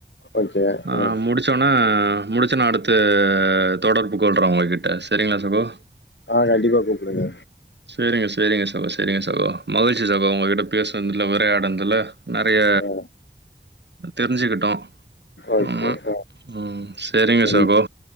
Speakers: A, on the left; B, on the right.
A: ஓகே.
B: ஆ
A: ம்.
B: முடிச்சோன அ முடிச்சு நா அடுத்து தொடர்ப்பு கொல்றே ஒங்ககிட்ட செரிங்ளா சகோ
A: ஆ கண்டிப்பா கூப்டுங்க
B: சேரிங்க சேரிங்க சகோ சேரிங்க சகோ மகிழ்ச்சி சகோ உங்ககிட்ட பேசன்துல உரையாடன்துல்ல நெறைய
A: ஆ.
B: தெரிஞ்சுக்கிட்டோ
A: ஓகே.
B: ஆமா
A: ஆ.
B: ம் சேரிங்க
A: ம்.
B: சகோ